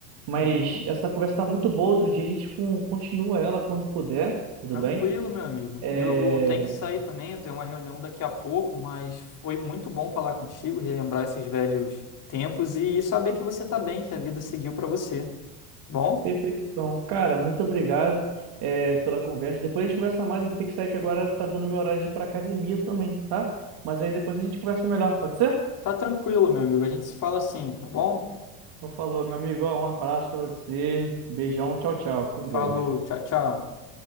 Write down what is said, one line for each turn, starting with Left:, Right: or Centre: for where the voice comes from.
Right: Mas
Left: Uhum.
Right: essa conversa tá muito boa. Outro dia a gente con- continua ela quando puder, tudo
Left: Tranquilo,
Right: bem?
Left: meu amigo.
Right: É,
Left: Eu tenho que sair também. Eu tenho uma reunião daqui a pouco, mas foi muito bom falar contigo, relembrar esses velhos tempos e saber que você tá bem, que a vida seguiu pra você. Bom?
Right: Perfeito, então. Cara, muito obrigado, é, pela conversa. Depois a gente conversa mais. Eu vou ter que sair que agora tá dando meu horário de ir pra academia também, tá? Mas aí depois a gente conversa melhor, pode ser?
Left: Tá tranquilo, meu amigo. A gente se fala assim, tá bom?
Right: Então falou, meu amigo. Ó, um abraço pra você. Beijão, tchau, tchau. Fica Com
Left: Falou,
Right: Deus.
Left: tchau, tchau.